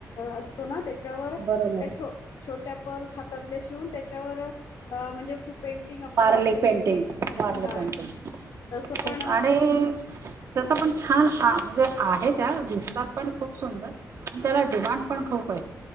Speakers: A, on the left; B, on the right.
A: अस. तो ना त्याच्यावर त्या
B: बरोबर
A: छो-छोट्या पर्स हातातल्या शिवून त्याच्यावर अं म्हणजे खूप पेंटिंग आपलं
B: वारर्ल
A: वारली
B: पेंटिंग वारली
A: हा
B: पेंटिंग
A: तसं पण
B: आणि त्याचा पण छान आ म्हणजे आहे त्या दिसतात पण खूप सुंदर आणि त्याला डिमांड पण खूप आहे